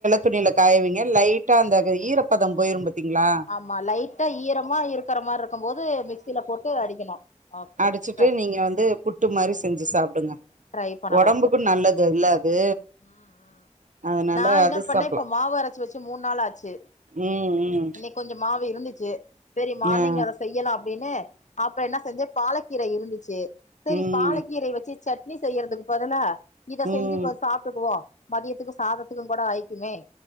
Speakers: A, on the right; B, on the left.
A: துணில காயவீங்க லைட்டா அந்த ஈரப்பத போயிரு பாத்தீங்ளா
B: ஆமா லைட்டா ஈரமா இருக்கற மாரி இருக்கு போது மிக்சியில போட்டு அடிக்கணு ஓகே
A: அடிச்சிட்டு
B: ட்ரை
A: நீங்க வந்து புட்டு மாரி செஞ்சு சாப்டுங்க
B: ட்ரை பண்ணறே
A: ஒடம்புக்கு
B: அப்போ
A: நல்லது அல்ல அது
B: ம் ம்
A: அதனால
B: நா என்ன
A: அது
B: பண்ணே
A: சாப்லா
B: இப்ப மாவு அரச்சி வச்சு மூந்நாள் ஆச்சு
A: ம் ம்
B: இன்னைக்கு கொஞ்சோ மாவு இருந்துச்சு சரி மார்னிங்
A: ம் ஆ
B: அத செய்யலா அப்டின்னு அப்றோ என்ன செஞ்ச பாலக்கீர இருந்துச்சு சேரி
A: ம்
B: பாலக்கீரய வச்சு சட் ட்னி செய்யறதுக்கு பதல்லா இத
A: ம்
B: செஞ்சி கொஞ்சோ சாப்டுக்குவோ மதியத்துக்கு சாதத்துக்கு கூட ஆய்க்குமே